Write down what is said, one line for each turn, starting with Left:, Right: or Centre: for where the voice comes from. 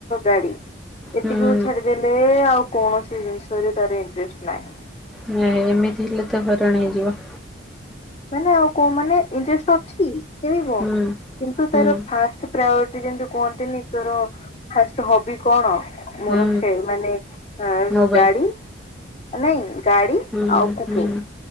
Left: ଗାଡି। ଏତିକିକୁ
Centre: ହୁଁ
Left: ଛାଡିଦେଲେ ଆଉ କୌଣସି ଜିନିଷରେ ତାର ଇଣ୍ଟରେଷ୍ଟ ନାହିଁ।
Centre: ନ ଏମିତି ହେଲେ ତ ହଇରାଣ ହେଇଯିବ।
Left: ମାନେ ଆଉ କ ମାନେ ଇଣ୍ଟଷ୍ଟ ଅଛି ଖେଳିବ।
Centre: ହୁଁ।
Left: କିନ୍ତୁ
Centre: ହୁଁ
Left: ତାର ଫାଷ୍ଟ ପ୍ରାୟୋରିଟି ଯେମତି କୁହନ୍ତିନି ତୋର ଫାଷ୍ଟ ହବି କଣ? ମୋ
Centre: ହୁଁ
Left: ରଖେ ମାନେ ଅ
Centre: ମୋବାଇଲ
Left: ଗାଡି ନାଇଁ। ଗାଡି
Centre: ହୁଁ
Left: ଆଉ କୁକ
Centre: ହୁଁ